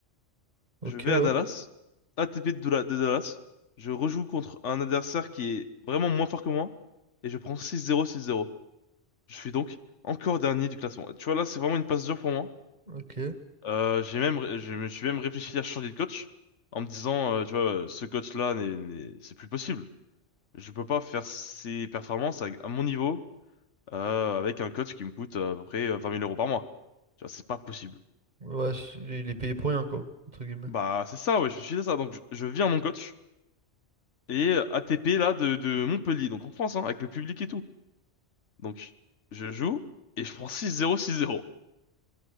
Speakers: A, on the right; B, on the left.
A: Ok,
B: Je vais
A: ouais,
B: à Dallas, ATP de, Doula- de Dallas. Je rejoue contre un adversaire qui est vraiment moins fort que moi. Et je prends six zéro six zéro Je suis donc encore dernier du classement. Tu vois, là, c'est vraiment une passe dure pour moi.
A: ok.
B: Euh, j'ai même, je me suis même réfléchi à changer de coach en me disant, euh, tu vois, euh, ce coach-là, n'est- n'est- c'est plus possible. Je peux pas faire ses performances avec- à mon niveau euh, avec un coach qui me coûte euh, à peu près euh, 20 000 euros par mois. Tu vois, c'est pas possible.
A: Ouais, c- il est payé pour rien, quoi, entre guillemets.
B: Bah, c'est ça, ouais, je suis de ça. Donc, je, je viens mon coach et euh, ATP, là, de, de Montpellier, donc en France, hein, avec le public et tout. Donc, je joue et je prends 6-0, 6-0.